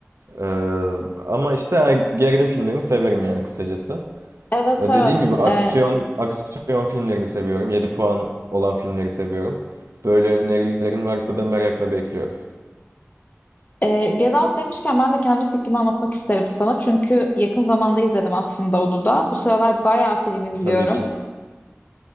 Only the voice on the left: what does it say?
Evet
evet.
Ee,
e, Get Out demişken ben de kendi fikrimi anlatmak isterim sana. Çünkü yakın zamanda izledim aslında onu da. Bu sıralar bayağı film izliyorum.